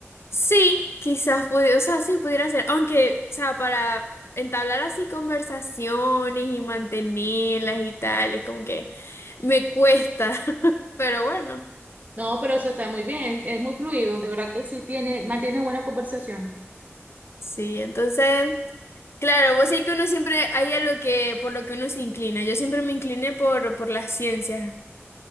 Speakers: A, on the left (about 60°); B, on the right (about 35°).
A: Sí, quizás, pude- o sea, sí pudiera ser, aunque, o sea, para entablar así conversaciones y mantenerlas y tal, es como que me cuesta, <laughs> pero bueno.
B: No, pero eso está muy bien, es muy fluido, de verdad que sí tiene, mantiene buena conversación.
A: Sí, entonces, claro, vos sé que uno siempre hay algo que por lo que uno se inclina. Yo siempre me incliné por, por las ciencias.